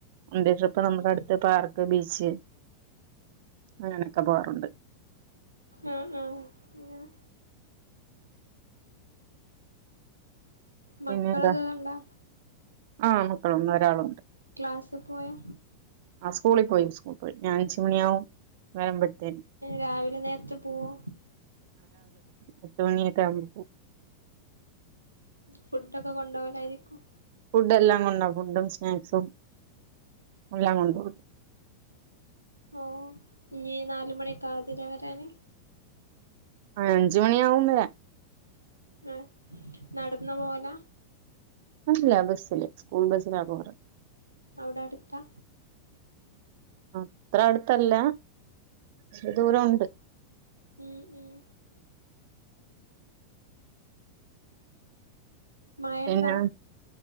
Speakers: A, on the right; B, on the right.
A: വൺ ഡേ ട്രിപ്പ്‌ നമ്മക്ക്
B: ഉം
A: അടുത്ത് പാർക്ക് ബീച്ച് ശെരി അങ്ങനൊക്കെ പോവാറുണ്ട്
B: അ അ ഇങ്ങനെ മക്കളൊക്കെ
A: പിന്നെ ഏതാ
B: കണ്ടോ
A: ആ മക്കളൊന്ന്‌ ഒരാളുണ്ട്
B: ക്ലാസ്സിൽ പോയാ
A: ആ സ്കൂളി പോയി സ്കൂൾ പോയി ഞാൻഅ ഞ്ച് മണിയാവും <unintelligible> <unintelligible>
B: രാവിലെ നേരത്തെ പോവോ
A: പത്ത് മണിഒക്കെ ആകുമ്പോ പോകും
B: ഫുഡ്ക്കെ കൊണ്ടോവലായിരിക്കും
A: ഫുഡ് എല്ലാം കൊണ്ടോവും ഫുഡും സ്നാക്സും എല്ലാം കൊണ്ടോവും
B: ഓ ഇനി നാലുമണിയൊക്കെ ആവും ഇതിലേ വരാന്
A: ആ അഞ്ചു മണിയാവും വരാൻ
B: ആഹ് നടന്ന് പോവലാ
A: അല്ല ബസ്സില് സ്കൂൾ ബസ്സിലാ പോകാറ്
B: അവിടെ അടുത്താ
A: അത്ര അടുത്തല്ല ച്ച് രി ദൂരൊണ്ട്
B: ഉം ഉം മഴണ്ടോ
A: പിന്നെ